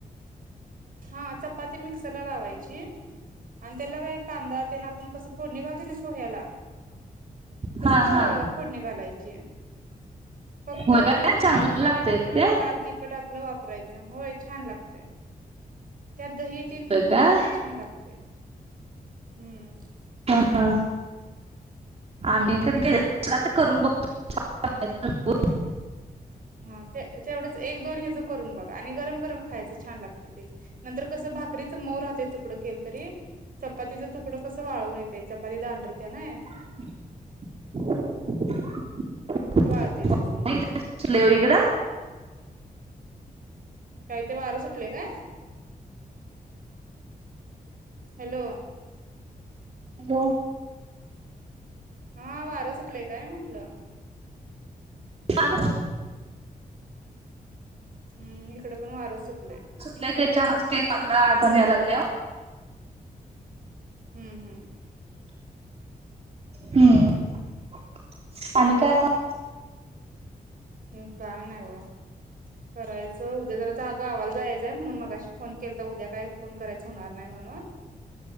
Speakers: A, on the right; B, on the right.
A: हा चपाती मिक्सरला लावायची आणि त्याला काय कांदा. त्यां आपण कसं पोडणी घालते ना पोह्याला तसं
B: हा हा
A: पोडणी घालायची. फक्त
B: होय काय
A: मिरचीच्या
B: चांगलं
A: ठिकाणी
B: लागतय
A: आपण
B: ते
A: लाल तिखट आप आपलं वापरायचं होय छान लागत. त्यात दही तन घेऊन
B: होय काय
A: खालना छान लागते हम्म.
B: ह आम्ही कधी गेल तर करून बघतो. <inaudible>
A: हा ते तेवढंच एक दोन हेज करून बघा आणि गरम गरम खायचं छान लागत ते नंतर कसं भाकरीच मऊ राहतय तुकडं केलं तरी. चपातीच तुकडं कसं वाळवून येते चपाती दांडरते ना
B: <inaudible>
A: वाळतय त्याज
B: नाही इकड
A: काय ते वारं सुटले काय हॅलो
B: हॅलो
A: हा वारं सुटलंय काय म्हंटलं?
B: <inaudible>
A: हम् इकडे पण वारं सुटलंय.
B: त्याच्या मस्ते आडचणी यारीला लागले.
A: हम्म हम्म!
B: हम्म आणि काय मग?
A: ह काय नाही बघा करायचं उद्या जराचा गावाला जायचंय म्हणून मगाशी फोन केलतं उद्या काय फोन करायच होणार नाही म्हणून.